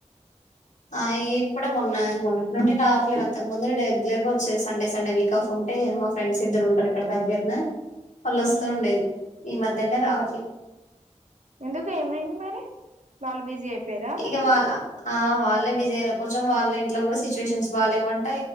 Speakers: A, on the left; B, on the right.
A: ఆ ఇప్పుడె మొన్న మొన్నటి నుండి రావట్లేదు అంతకు ముందు రెగ్యులర్ గా వచ్చేది సండే సండే వీక్ ఆఫ్ ఉంటే మా ఫ్రెండ్స్ ఇద్దరు ఉంటారు ఇక్కడ దగ్గరనే పళ్ళొస్తు
B: ఉమ్
A: ఉండేది ఈ మధ్య తెల రావట్లే
B: ఎందుకు ఏమయింది మరి వాళ్ళు బిజీ అయిపోయార లేకపోతే
A: ఇక వాళ్ళ ఆ వాళ్ళే బిజీ కొంచెం వాళ్ళే ఇంట్లో కూడా సిచ్యువేషన్స్ బాలేవంట